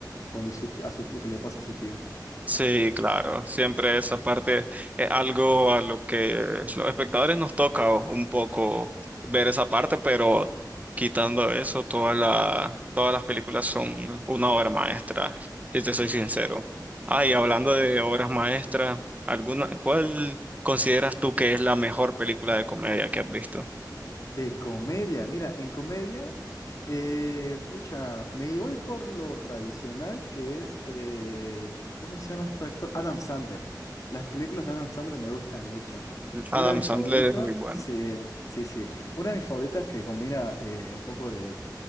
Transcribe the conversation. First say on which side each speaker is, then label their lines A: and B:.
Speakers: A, on the left (about 50°); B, on the right (about 20°).
A: cuando su ti- a su- lo que le pasa a su tío.
B: Sí, claro, siempre esa parte es algo a lo que los espectadores nos toca o- un poco ver esa parte, pero quitando eso, toda la, todas las películas son una obra maestra, si te soy sincero. Ah, y hablando de obras maestras, alguna, ¿cuál consideras tú que es la mejor película de comedia que has visto?
A: De comedia, mira, en comedia, eh, pucha, me voy por lo tradicional que es, eh, ¿cómo se llama este actor? Adam Sandler. Las películas de Adam Sandler me gustan mucho.
B: Adam
A: Una de mis
B: Sandler
A: favoritas,
B: es muy bueno.
A: sí, sí, sí. Una de mis favoritas que combina eh, un poco de